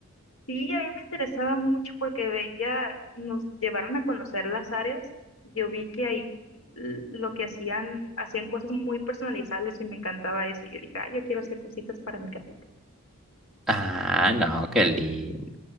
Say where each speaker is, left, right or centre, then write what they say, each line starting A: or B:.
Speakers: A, on the left (about 75°); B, in the centre.
A: Sí, a mí me interesaba mucho porque veía, nos llevaron a conocer las áreas. Yo vi que ahí l- lo que hacían, hacían cosas muy personalizables y me encantaba eso. Y yo dije, ah, yo quiero hacer cositas para mi casita.
B: Ah, no, qué lindo,